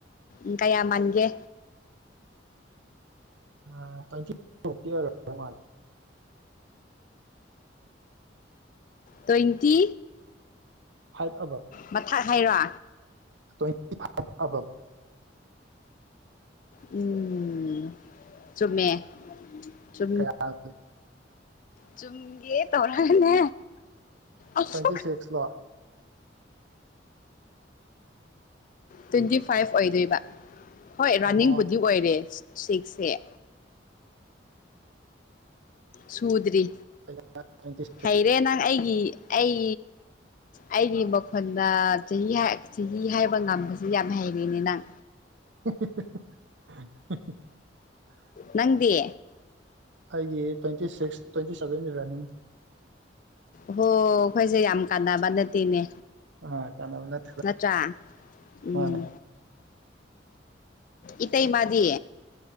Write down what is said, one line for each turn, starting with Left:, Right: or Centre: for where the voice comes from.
Left: ꯎ ꯀꯌꯥ ꯃꯥꯟꯒꯦ
Right: ꯑ ꯇ꯭ꯋꯦꯟꯇꯤ <unintelligible>
Left: ꯇ꯭ꯋꯦꯟꯇꯤ
Right: ꯐꯥꯏꯠ ꯑꯕ
Left: ꯃꯊꯛ ꯍꯥꯏꯔꯣ
Right: ꯇ꯭ꯋꯦꯟꯇꯤ ꯐꯚ ꯑꯕ
Left: ꯎꯝ ꯆꯨꯝꯃꯦ ꯆ
Right: ꯀꯌꯥ
Left: ꯆꯨꯝꯒꯦ ꯇꯧꯔꯅꯦ ꯑꯁꯨ
Right: ꯇ꯭ꯋꯦꯟꯇꯤ ꯁꯤꯛꯁꯂꯣ
Left: ꯇ꯭ꯋꯦꯟꯇꯤ ꯐꯥꯏꯚ ꯑꯣꯏꯗꯣꯏꯕ ꯍꯣꯏ
Right: ꯑꯣ
Left: ꯔꯥꯅꯤꯡꯕꯨꯗꯤ ꯑꯣꯏꯔꯦ ꯁꯤꯛꯁ ꯑꯦ ꯁꯨꯗꯔꯤ
Right: ꯑꯩꯅ ꯇ꯭ꯋꯦꯟꯇꯤ ꯁꯤꯛꯁ
Left: ꯍꯩꯔꯦ ꯅꯪ ꯑꯩꯒꯤ ꯑꯩ ꯑꯩꯒꯤ ꯑꯩꯈꯅ ꯆꯍꯤ ꯆꯍꯤ ꯍꯥꯏꯕ ꯉꯝꯁ ꯌꯥꯝ ꯍꯩꯔꯦꯅꯦ ꯅꯪ
Right: <inaudible>
Left: ꯅꯪꯗꯤ
Right: ꯑꯩꯒꯤ twenty six twenty seven running
Left: ꯍꯣ ꯑꯩꯈꯣꯏꯁꯦ ꯌꯥꯝ ꯀꯥꯟꯅꯕ ꯅꯠꯇꯦꯅꯦ
Right: ꯑ ꯀꯥꯟꯅꯕ ꯅꯠꯇꯦꯗ
Left: ꯅꯠꯇ꯭ꯔ ꯎꯝ
Right: ꯃꯥꯅꯦ
Left: ꯏꯇꯩ ꯃꯥꯗꯤ